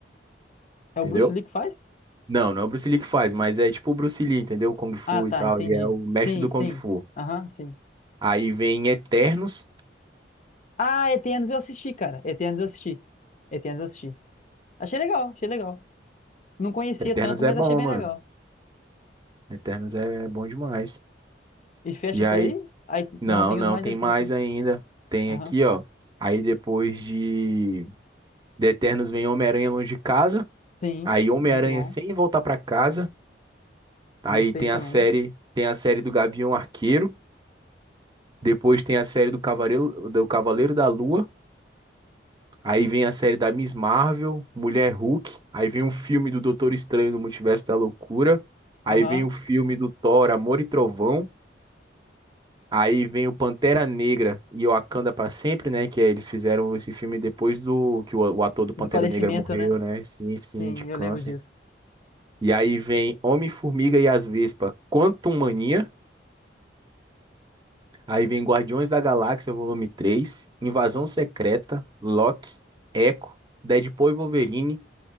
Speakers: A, on the left; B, on the right.
A: É
B: entendeu?
A: o Bruce Lee que faz?
B: Não, não é o Bruce Lee que faz, mas é tipo o Bruce Lee, entendeu? O Kung Fu
A: Ah, tá,
B: e tal.
A: entendi.
B: Ele é o mestre
A: Sim,
B: do
A: sim.
B: Kung Fu.
A: Aham, sim.
B: Aí vem Eternos.
A: Ah, Eternos eu assisti, cara. Eternos eu assisti. Eternos eu assisti. Achei legal, achei legal. Não conhecia
B: Eternos
A: tanto, mas
B: é bom,
A: achei bem
B: mano.
A: legal.
B: Eternos é bom demais.
A: E fecha
B: E
A: por
B: aí,
A: aí? Aí
B: não,
A: não tem
B: não,
A: os mais
B: tem
A: recentes,
B: mais
A: né?
B: ainda. Tem
A: Aham.
B: aqui, ó. Aí depois de, de Eternos vem Homem-Aranha Longe de Casa.
A: Sim,
B: Aí
A: muito
B: Homem-Aranha
A: bom.
B: Sem Voltar Pra Casa. Aí
A: Gostei
B: tem
A: também.
B: a série, tem a série do Gavião Arqueiro. Depois tem a série do Cavaleiro, do Cavaleiro da Lua. Aí vem a série da Miss Marvel, Mulher Hulk. Aí vem um filme do Doutor Estranho no Multiverso da Loucura. Aí
A: Aham.
B: vem o filme do Thor, Amor e Trovão. Aí vem o Pantera Negra e Wakanda pra sempre, né? Que é, eles fizeram esse filme depois do que o, o ator do Pantera
A: Do falecimento,
B: Negra morreu,
A: né?
B: né? Sim, sim,
A: Sim,
B: de câncer.
A: eu lembro disso.
B: E aí vem Homem-Formiga e as Vespas, Quantum Mania. Aí vem Guardiões da Galáxia, volume Três, Invasão Secreta, Loki, Echo, Deadpool e Wolverine.